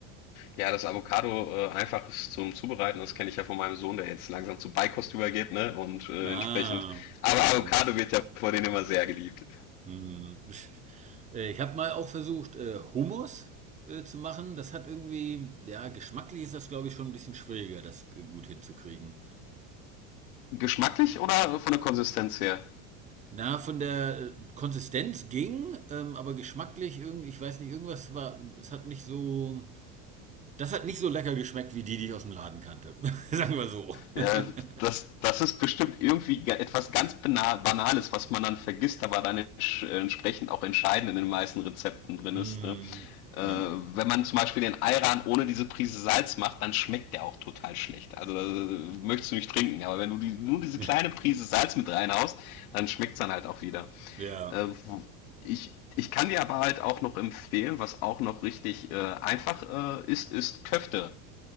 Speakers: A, on the left; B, on the right.
A: Ja, das Avocado äh, einfach ist zum Zubereiten, das kenne ich ja von meinem Sohn, der jetzt langsam zu Beikost übergeht, ne? Und äh,
B: Ah,
A: entsprechend. Aber
B: ja,
A: Avocado
B: ja.
A: wird ja vor denen immer sehr geliebt.
B: Hm. <laughs> Äh, Ich habe mal auch versucht, äh, Hummus äh, zu machen. Das hat irgendwie, ja, geschmacklich ist das, glaube ich, schon ein bisschen schwieriger, das äh, gut hinzukriegen.
A: Geschmacklich oder von der Konsistenz her?
B: Na, von der äh, Konsistenz ging, ähm, aber geschmacklich irgendwie, ich weiß nicht, irgendwas war, es hat nicht so, das hat nicht so lecker geschmeckt wie die, die ich aus dem Laden kannte. <laughs> Sagen wir so.
A: Ja,
B: <laughs>
A: das, das ist bestimmt irgendwie ga- etwas ganz Bana- Banales, was man dann vergisst, aber dann entsch- äh, entsprechend auch entscheidend in den meisten Rezepten drin
B: Hm,
A: ist. Ne? Äh,
B: ja.
A: wenn man zum Beispiel den Ayran ohne diese Prise Salz macht, dann schmeckt der auch total schlecht. Also äh, möchtest du nicht trinken, aber wenn du die, nur diese
B: <laughs>
A: kleine Prise Salz mit reinhaust, dann schmeckt's dann halt auch wieder.
B: Ja.
A: Äh, wo- ich, ich kann dir aber halt auch noch empfehlen, was auch noch richtig äh, einfach äh, ist, ist Köfte.